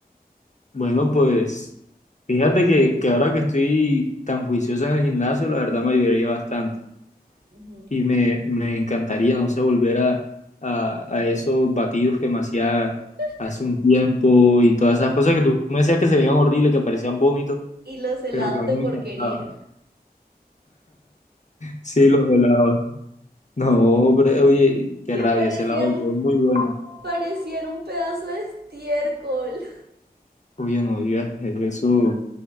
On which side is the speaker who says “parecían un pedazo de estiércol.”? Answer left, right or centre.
Right